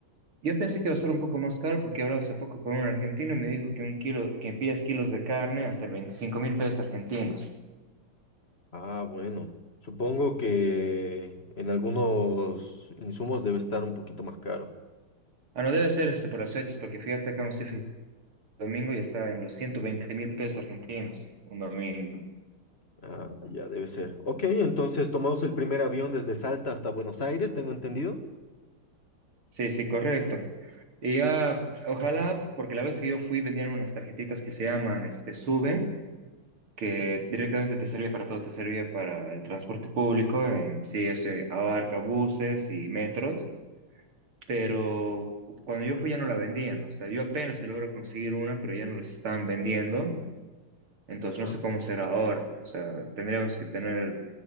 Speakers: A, on the right; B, on the left.
A: yo pensé que iba a ser un poco más caro porque hablaba hace poco con un argentino y me dijo que un kilo, que pides kilos de carne hasta veinticinco mil pesos argentinos.
B: Ah, bueno. Supongo que en algunos insumos debe estar un poquito más caro.
A: Ah, no debe ser este por las fechas, porque fíjate acá un domingo y está en los ciento veinte mil pesos argentinos, un domingo.
B: Ah, ya debe ser. Ok, entonces tomamos el primer avión desde Salta hasta Buenos Aires, tengo entendido.
A: Sí, sí, correcto. Y ya, ojalá, porque la vez que yo fui vendían unas tarjetitas que se llaman este, Sube. que directamente te sirve para todo, te sirve para el transporte público, en sí, eso abarca buses y metros, pero
B: Sí,
A: cuando yo fui ya no la vendían, o sea, yo apenas se logro conseguir una, pero ya no las estaban vendiendo, entonces
B: ya.
A: no sé cómo será ahora, o sea, tendríamos que tener